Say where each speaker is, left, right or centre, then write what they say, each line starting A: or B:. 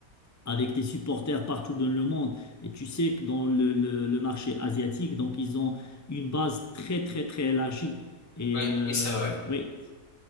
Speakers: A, on the left; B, on the left.
A: avec des supporters partout dans le monde. Et tu sais que dans le, le- le marché asiatique, donc ils ont une base très, très, très élargie. Et
B: Oui,
A: euh,
B: oui, c'est vrai.
A: oui.